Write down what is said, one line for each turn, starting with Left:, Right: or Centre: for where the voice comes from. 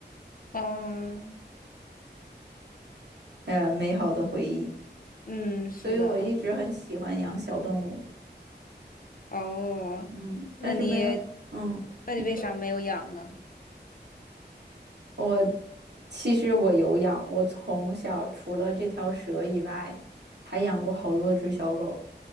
Left: <laughs> 嗯
Right: 呃，美好的回忆。
Left: 嗯嗯，是的。
Right: 所以我一直很喜欢养小动物，
Left: 哦，
Right: 嗯，但是没有，
Left: 那你
Right: 嗯，
Left: 那你为啥没有养呢？
Right: 你说我其实我有养，我从小除了这条蛇以外，还养过好多只小狗。